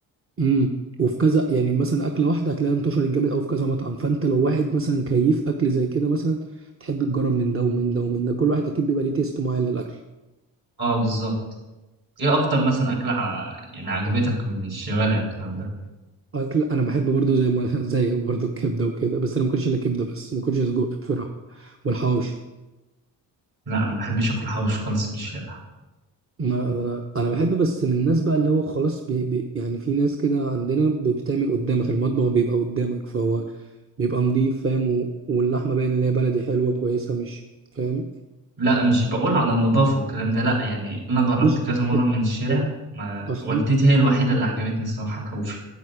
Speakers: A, on the right (about 25°); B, on the right (about 50°).
A: امم وفي كذا يعني مثلا اكله واحده هتلاقيها انتشرت جامد او في كذا مطعم فانت لو واحد مثلا كيف اكل زي كده مثلا تحب تجرب من ده ومن ده ومن ده كل واحد اكيد بيبقى ليه تيست معين للاكل
B: اه بالظبط ايه اكتر مثلا اكلة ع- يعني عجبتك من الشوارع والكلام ده
A: اكل انا بحب برضو زي ما <laughs> زيك برضو الكبده وكده بس انا ما باكلش الا كبده بس ما باكلش سجق بصراحه والحواوشي
B: لا ما بحبش اكل حوش خالص من الشارع
A: ما انا انا بحب بس من الناس بقى اللي هو خلاص بي بي يعني في ناس كده عندنا ب- بتعمل قدامك المطبخ بيبقى قدامك فهو بيبقى نضيف فاهم و... واللحمه باين ان هي بلدي حلوه كويسه مش فاهم
B: لا مش بقول على النظافة والكلام ده لا يعني انا جربت
A: مش بتحب
B: كذا مرة من الشارع
A: آه.
B: ما
A: اصلا
B: والدتي هي الوحيدة اللي عجبتني الصراحة الحوش